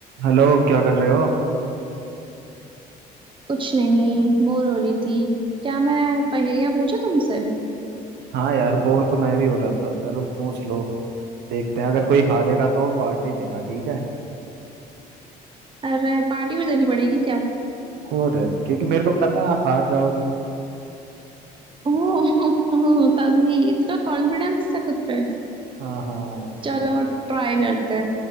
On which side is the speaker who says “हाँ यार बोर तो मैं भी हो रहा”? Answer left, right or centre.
Right